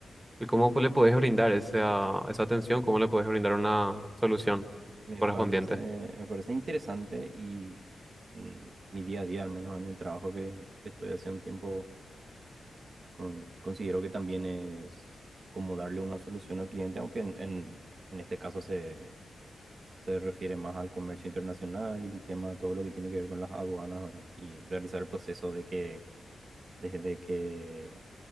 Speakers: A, on the right; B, on the right.
A: ¿Y cómo le podés brindar esa, esa atención? ¿Cómo le podés brindar una solución
B: Me
A: correspondiente?
B: parece, me parece interesante y en mi día a día, al menos en el trabajo que estoy hace un tiempo, con- considero que también es como darle una solución al cliente, aunque en, en, en este caso se se refiere más al comercio internacional y el tema, todo lo que tiene que ver con las aduanas, ¿verdad? Y realizar el proceso de que desde que